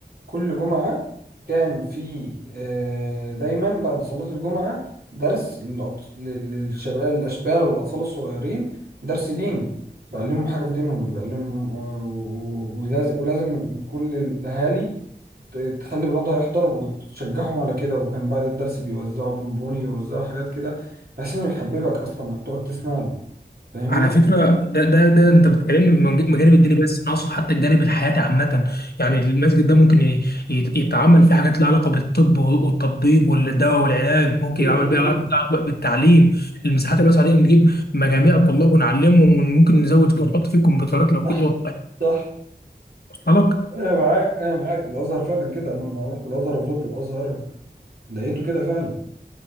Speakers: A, on the right; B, on the left.
A: كل جمعة كان في آه، دايما بعد صلاة الجمعة درس للأط- لل- للشباب الاشبال والاطفال الصغيرين درس ديني بيعلمهم حاجة في دينهم بيعلمهم آه، و- و- ولازم ولازم كل الاهالي ت- تخلي ولادها يحضر وتشجعهم على كده وكان بعد الدرس بيوزعوا بونبوني بيوزعوا حاجات كده بحيث انه يحببك اصلا انك تقعد تسمع له فاهمني
B: على فكرة ده ده ده انت بتكلمني من مج- مجانب الديني بس انا اقصد حتى الجانب الحياتي عامة يعني المسجد ده ممكن ي- يت- يتعمل فيه حاجات لها علاقة بالطب والتطبيب والدواء والعلاج ممكن
A: ايوه
B: يعمل
A: كده
B: بيها
A: كده
B: علاقة لها علاقة بالتعليم المساحات الواسعة دي نجيب مجاميع الطلاب ونعلمهم وممكن نزود ونحط فيه كمبيوترات لو
A: صح
B: في اوض
A: صح
B: وصل لك
A: انا معاك انا معاك الازهر فعلا كده انا لما رحت الازهر وزرت الازهر لقيته كده فعلا